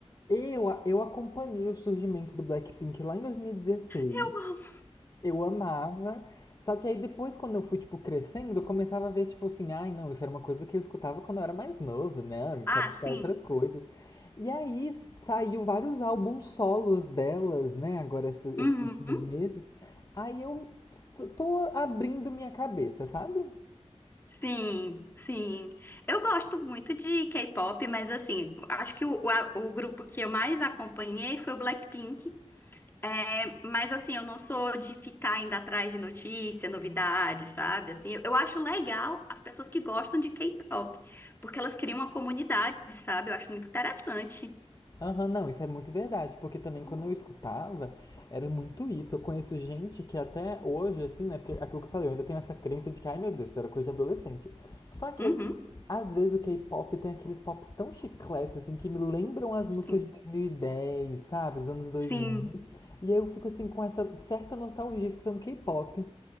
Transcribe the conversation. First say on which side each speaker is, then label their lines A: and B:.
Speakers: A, on the left; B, on the left.
A: Eu, eu acompanhei o surgimento do Blackpink lá em 2016.
B: Eu amo.
A: Eu amava. Só que aí depois, quando eu fui, tipo, crescendo, eu começava a ver, tipo assim, ai, não, isso era uma coisa que eu escutava quando eu era mais novo, né? Eu
B: Ah,
A: quero escutar
B: sim.
A: outras coisas. E aí s- saiu vários álbuns solos delas, né? Agora, esse- esses
B: Uhum.
A: últimos meses. Aí eu t- tô abrindo minha cabeça, sabe?
B: Sim, sim. Eu gosto muito de K-pop, mas assim, acho que o, o, a- o grupo que eu mais acompanhei foi o Blackpink. É, mas assim, eu não sou de ficar indo atrás de notícia, novidade, sabe? Assim, eu, eu acho legal as pessoas que gostam de K-pop, porque elas criam uma comunidade, sabe? Eu acho muito interessante.
A: Aham, não, isso é muito verdade, porque também quando eu escutava, era muito isso. Eu conheço gente que até hoje, assim, né? Porque aquilo que eu falei, eu ainda tenho essa crença de que, ai meu Deus, isso era coisa de adolescente. Só que
B: Uhum,
A: eu, às vezes, o K-pop tem aqueles pops tão chicletes, assim, que me lembram as músicas
B: sim,
A: de dois mil e dez sabe? Os anos dois
B: sim,
A: mil E aí eu fico, assim, com essa certa nostalgia escutando K-pop.